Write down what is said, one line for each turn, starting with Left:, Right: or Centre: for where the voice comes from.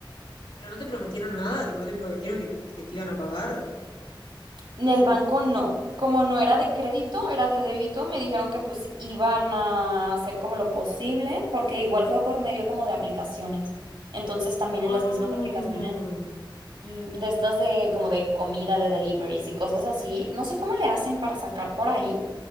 Left: ¿Pero no te prometieron nada? ¿Tipo, no te prometieron que, que te iban a pagar?
Right: En el banco no. Como no era de crédito, era de débito, me dijeron que pues iban a hacer como lo posible, porque igual fue por medio como de aplicaciones. Entonces también
Left: Ah,
Right: en las mismas aplicaciones y de estas de como de comida, de deliveries y cosas así, no sé cómo le hacen para sacar por ahí,